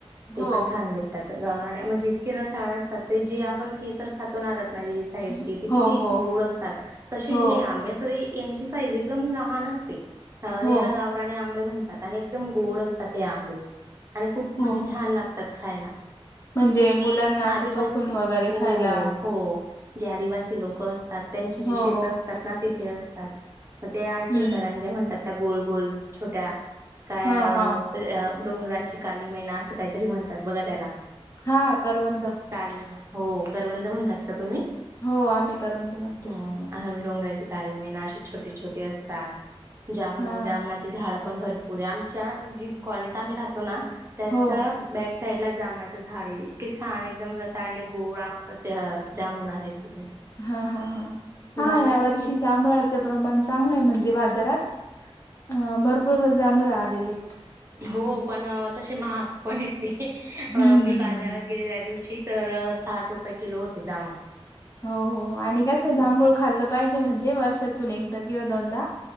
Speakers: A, on the right (about 25°); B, on the left (about 30°).
A: ते
B: हो
A: पण छान भेटतात गावरानी म्हणजे इतके रसाळ असतात ते जे आपण केसर खातो ना. रत्नागिरी साईडची
B: हो
A: ते
B: हो
A: किती
B: हो
A: गोड असतात तसेच
B: हो
A: हे आंबे असतात. यांची साईज एकदम लहान असते
B: हो
A: याला गावरानी आंबे म्हणतात आणि एकदम गोड असतात. ते आंबे आणि खूप
B: हो
A: म्हणजे छान लागतात खायला
B: म्हणजे मुलांना असं
A: आदिवासी
B: चोखून वगैरे
A: हो
B: खायला
A: हो. जे आदिवासी लोक असतात त्यांची जी
B: हो
A: शेत
B: हो
A: असतात ना तिथे असतात. मग ते आणखीन
B: हम्म
A: करंज्या म्हणतात, त्या गोल गोल छोट्या काय
B: हा हा
A: ते, डोंगराची काली मैना असं काहीतरी म्हणतात बघा त्याला,
B: हा करवंद.
A: कालीमा हो करवंद म्हणतात का तुम्ही.
B: हो आम्ही करवंद म्हणतो.
A: हम्म आम्ही डोंगराची काळी मैना अशी छोटे छोटे असतात. जामून
B: हा
A: जामणाची झाडं पण भरपूर आहे, आमच्या जी कॉलनीत आम्ही राहतो ना, त्याचा
B: हो
A: बॅक साईड ला जामनाचे झाड आहे इतके छान एकदम रसाळ आणि गोड ते जामुून आहेत. तिथे
B: हा हा हा हा
A: बाजारात
B: या वर्षी
A: घेतो.
B: जांभळा, च प्रमाण चांगलं आहे, म्हणजे बाजारात भरपूर जांभळे आलेले आहेत.
A: हो पण तसे महाग पण येते
B: हम्म
A: मी
B: हम्म
A: बाजारात
B: हम्म.
A: गेले त्या दिवशी तर साठ रुपये किलो होते जामून
B: हो हो आणि कस जांभूळ
A: हम्म
B: खाल्लं पाहिजे म्हणजे वर्षातून एकदा किंवा दोनदा